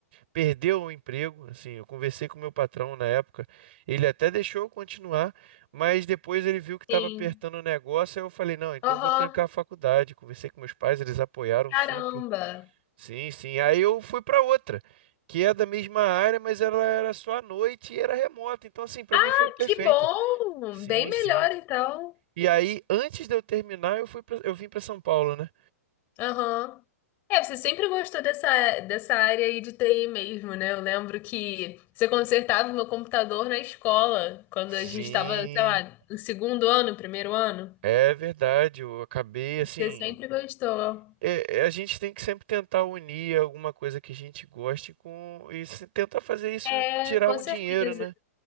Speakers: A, on the right; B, on the left.
A: perder o emprego. Assim, eu conversei com o meu patrão na época, ele até deixou eu continuar, mas depois ele viu que estava
B: sim.
A: apertando o negócio, aí eu falei, não, então
B: Aham,
A: eu vou trancar a faculdade. Conversei com meus pais, eles apoiaram
B: caramba.
A: super. Sim, sim. Aí eu fui para outra, que é da mesma área, mas ela era só à noite e era remota. Então, assim, para mim
B: Ah,
A: foi perfeito.
B: que bom!
A: Sim,
B: Bem melhor
A: sim.
B: então.
A: E aí, antes de eu terminar, eu fui pra, eu vim para São Paulo, né?
B: Aham. É, você sempre gostou dessa, dessa área aí de TI mesmo, né? Eu lembro que você consertava o meu computador na escola, quando
A: Sim,
B: a gente estava, sei lá, no segundo ano, primeiro ano.
A: é verdade. Eu acabei
B: Você
A: assim.
B: sempre gostou.
A: é- é, a gente tem que sempre tentar unir alguma coisa que a gente goste com e se tentar fazer isso
B: É,
A: tirar
B: com
A: um
B: certeza.
A: dinheiro, né?